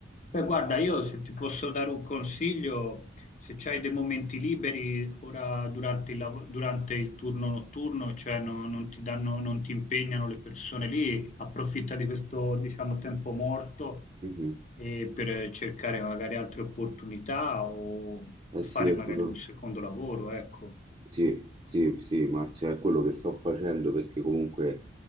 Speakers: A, on the left; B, on the right.
A: Beh, guarda, io se ti posso dare un consiglio, se c'hai dei momenti liberi ora durante il, lav- durante il turno notturno, cioè no- non ti danno, non ti impegnano le persone lì, approfitta di questo, diciamo, tempo morto
B: Mhm.
A: eh, per cercare magari altre opportunità o,
B: Eh
A: o fare
B: sì, è
A: magari
B: quello.
A: un secondo lavoro, ecco.
B: Sì, sì, sì, Marzio, è quello che sto facendo perché comunque